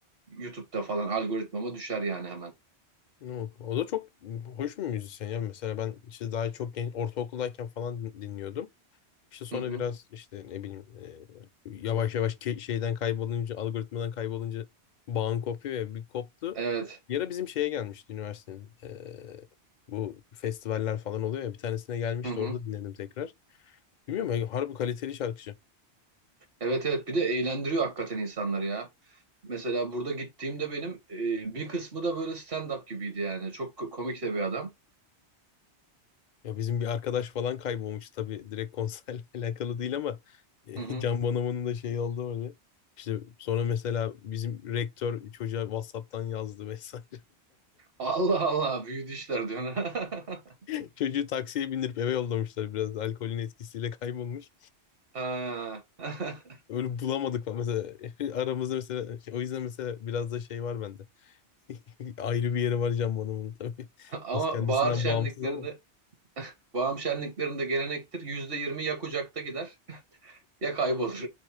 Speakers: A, on the right (about 60°); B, on the left (about 55°).
A: YouTube'da falan algoritmama düşer yani hemen.
B: No. O da çok hoş bir müzisyen ya. Mesela ben işte daha çok genç, ortaokuldayken falan din- dinliyordum. İşte sonra
A: Hı hı.
B: biraz işte ne bileyim e, yavaş yavaş ke- şeyden kaybolunca, algoritmadan kaybolunca bağın kopuyor ya bir koptu.
A: Evet.
B: Bir ara bizim şeye gelmişti üniversitenin. e, bu festivaller falan oluyor ya bir tanesine gelmişti
A: Hı hı.
B: orada dinledim tekrar. Bilmiyorum ya, harbi kaliteli şarkıcı.
A: Evet evet bir de eğlendiriyor hakikaten insanları ya. Mesela burada gittiğimde benim e, bir kısmı da böyle stand-up gibiydi yani. Çok ko- komik de bir adam.
B: Ya bizim bir arkadaş falan kaybolmuş tabii direkt konserle <laughs> alakalı değil ama e,
A: Hı hı.
B: Can Bonomo'nun da şeyi oldu öyle. İşte sonra mesela bizim rektör çocuğa WhatsApp'tan yazdı vesaire.
A: Allah Allah büyüdü işler diyorsun. <laughs>
B: <laughs> Çocuğu taksiye bindirip eve yollamışlar biraz da alkolün etkisiyle kaybolmuş.
A: Ha. <laughs>
B: Öyle bulamadık falan mesela <laughs> aramızda mesela şey- o yüzden mesela biraz da şey var bende. <laughs> Ayrı bir yeri var Can Bonomo'nun tabii.
A: Ama
B: Biraz kendisinden
A: bahar şenliklerinde,
B: bağımsız ama.
A: bağım şenliklerinde gelenektir. Yüzde yirmi ya kucakta gider ya kaybolur.